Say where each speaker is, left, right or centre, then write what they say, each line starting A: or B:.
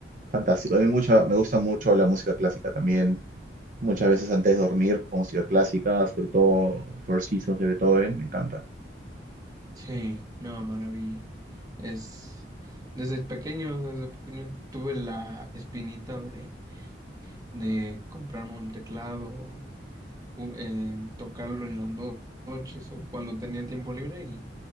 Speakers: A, on the right (about 45°); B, on the right (about 20°).
A: Fantástico. A mí mucha, me gusta mucho la música clásica también. Muchas veces antes de dormir, pues, con música clásica, sobre todo Four Seasons de Beethoven, me encanta.
B: Sí, no, maravilla. Es desde pequeño, desde pequeño tuve la espinita de, de comprarme un teclado, ju- eh, tocarlo en las no- noches o cuando tenía tiempo libre y